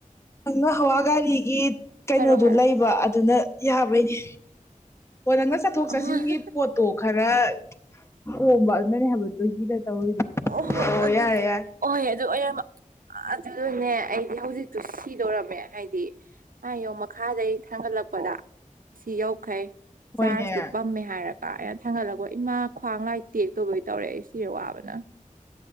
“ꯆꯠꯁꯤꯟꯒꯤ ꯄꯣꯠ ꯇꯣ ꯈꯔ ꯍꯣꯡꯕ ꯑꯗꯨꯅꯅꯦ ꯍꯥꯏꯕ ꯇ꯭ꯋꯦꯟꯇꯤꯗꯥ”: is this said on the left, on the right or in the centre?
Left